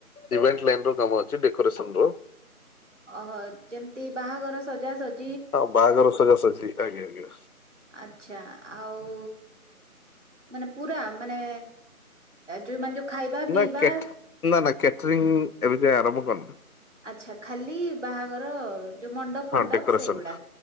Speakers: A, on the left (about 75°); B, on the right (about 55°).
A: ଇଭେଣ୍ଟ ଲାଇନ ର କାମ ଅଛି ଡେକୋରେସନର
B: ଓହୋ ଯେମିତି ବାହାଘର ସଜା ସଜ
A: ହଁ ବାହାଘର ସଜାସ ଅଛି ଆଜ୍ଞା ଆଜ୍ଞା।
B: ଆଛା ଆଉ ମାନେ ପୁରା ମାନେ ଯୋଉ ମାନେ ଯୋଉ ଖାଇବା
A: ନା
B: ପିଇବା
A: କେଟ ନା ନା କ୍ୟାଟରିଂ ଏବେ ଯାଏ ଆରମ୍ଭ କରିନି
B: ଆଛା ଖାଲି ବାହାଘର ଯୋଉ ମଣ୍ଡପ
A: ହଁ
B: ଫଣ୍ଡପ
A: ଡେକୋରେସନ
B: ସେଗୁଡା